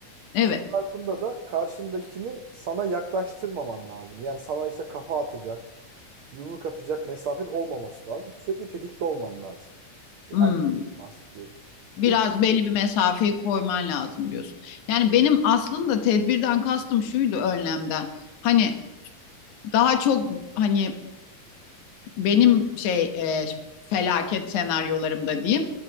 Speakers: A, on the left; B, on the right.
A: Evet.
B: Bu süre zarfında da karşındakini sana yaklaştırmaman lazım. Yani sana işte kafa atacak, yumruk atacak mesafet olmaması lazım. Sürekli tetikte olman lazım. Bir
A: Hmm.
B: erkek için bahsediyorum.
A: biraz
B: İlk
A: belli bir mesafeyi koyman lazım diyorsun. Yani benim aslında tedbirden kastım şuydu önlemden. Hani daha çok hani benim şey e, felaket senaryolarımda diyeyim.